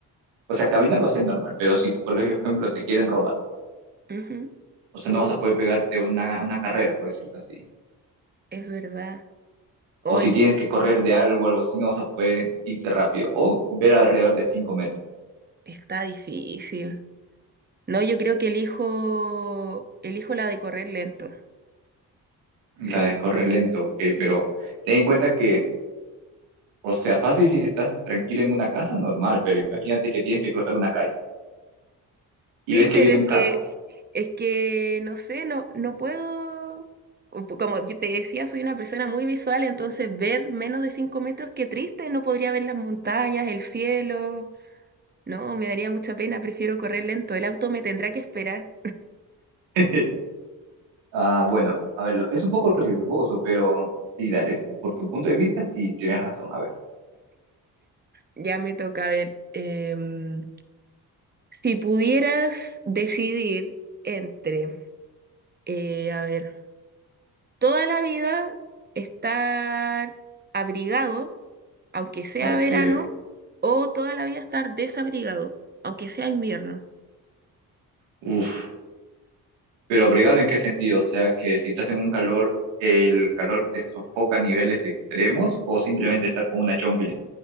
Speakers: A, on the right (about 75°); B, on the right (about 20°).
A: O sea, caminar va a ser normal, pero si, por ejemplo, te quieren robar,
B: Ujú.
A: o sea, no
B: Uh,
A: vas a poder pegarte una, una carrera, por decirlo así.
B: es verdad. Hoy
A: O si tienes que correr de algo, algo así, no vas a poder irte rápido. O ver alrededor de 5 metros.
B: Está difícil. No, yo creo que elijo, elijo la de correr lento. Sí,
A: La de correr lento, ok,
B: sí.
A: pero ten en cuenta que, o sea, fácil si estás tranquilo en una casa, normal, pero imagínate que tienes que cruzar una calle y
B: Sí,
A: ves
B: pero
A: que viene
B: es
A: un carro.
B: que, es que, no sé, no, no puedo. o po- Como yo te decía, soy una persona muy visual, entonces ver menos de 5 metros, qué triste, no podría ver las montañas, el cielo. No, me daría mucha pena, prefiero correr lento. El auto me tendrá que esperar.
A: <laughs> Ah, bueno, a ver, es un poco riesgoso, pero sí, dale, por tu punto de vista, sí tienes razón. A ver.
B: Ya me toca a ver. em, si pudieras decidir entre, eh, a ver. toda la vida estar abrigado, aunque sea
A: Ok.
B: verano, o toda la vida estar desabrigado, aunque sea invierno.
A: Uf. Pero abrigado en qué sentido? O sea, que si estás en un calor, ¿el calor te sofoca a niveles extremos o simplemente estar con una chompi?